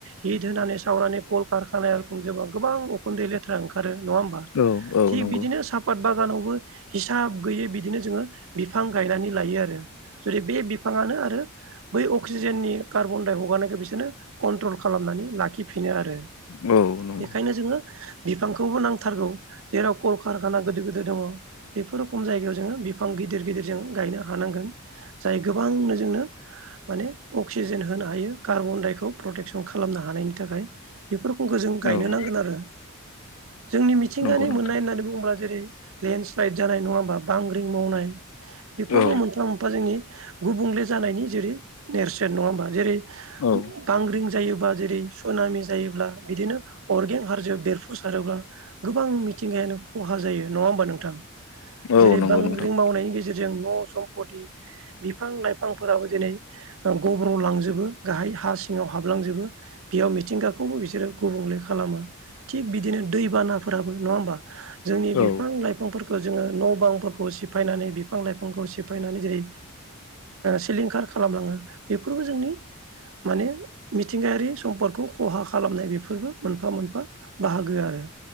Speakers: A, on the right (about 65°); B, on the left (about 80°).
A: हिद होनानै सावनानै कल खारखानाय <unintelligible> गोबां उखुन्दै लेथ्रा ओंखारो नङा होमबा?
B: औ औ
A: थिग
B: नंगौ
A: बिदिनो साफात बागानावबो हिसाब गैयै बिदिनो जोङो बिफां गायनानै लायो आरो जुदि बे बिफाङानो आरो बै अक्सिजेननि कार्बनदाय हगारनायखौ बिसोरनो कन्ट्रल खालामनानै लाखिफि नो आरो
B: औ नंगौ
A: बेखायनो जोङो बिफांखौबो नांथारगौ जेराव कलकारखाना गोदो गोदो दङ बेफोर रोखम जायगायाव जोङो बिफां गिदिर गिदिर जों गायनो हानांगोन जाय गोबांनो जोंनो माने अक्सिजेन होनो हायो कार्बनडाइखौ प्रटेकसन खालामनो हानायनि थाखाय। बेफोरखौ जों गायनो
B: औ
A: नांगोन आरो। जोंनि मिथिंगानि
B: नंगौ नोंथां
A: मोननाय होननानै बुंङोब्ला जेरै लेन्डस्लाइद जानाय नङा होमबा बांग्रिं मावनाय बेफोरबो
B: औ
A: मोनफा मोनफा जोंनि गुबुंले जानायनि जेरै नेरसोन नङा होमबा जेरै
B: औ
A: बांग्रिं जायोबा जेरै सुनामि जायोब्ला बिदिनो अरगें हाजो बेरफुसारोब्ला गोबां मिथिंगायानो खहा जायो नङा होमबा नोंथां?
B: औ
A: जेरै
B: नंगौ
A: बांग्रि
B: नोंथां
A: मावनायनि गेजेरजों न' सम्पति बिफां लाइफांफोराबो दिनै ओ गब्रलांजोबो गाहाय हा सिङाव हाबलांजोबो बेयाव मिथिंगाखौबो बिसोरो गुबुं ले खालामो थिक बिदिनो दै बानाफोराबो नंङा‌ होमबा जोंनि बिफां
B: औ
A: लाइफां फोर जोङो न बांफोरखौ सिफायनानै बिफां लाइफांखौ सिफायनानै जेरै सिलिंखार खालामलांङो बेफोरबो जोंनि माने मिथिंगायारि सम्पदखौ खहा खालामनाय बेफोरबो मोनफा मोनफा बाहागो आरो